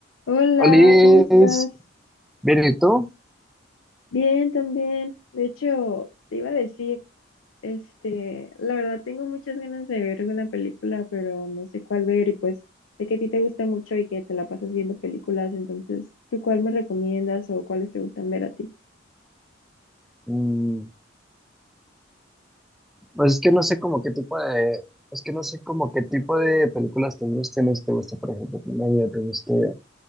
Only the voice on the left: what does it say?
Hola,
¿cómo estás?
Bien, también. De hecho, te iba a decir, este, la verdad tengo muchas ganas de ver una película, pero no sé cuál ver y pues sé que a ti te gusta mucho y que te la pasas viendo películas, entonces, ¿tú cuál me recomiendas o cuáles te gustan ver a ti?